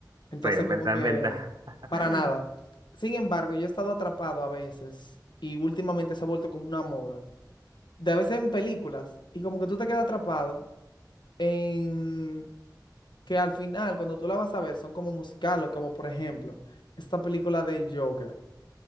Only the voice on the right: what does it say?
Sí, en
verdad,
en verdad. <laughs>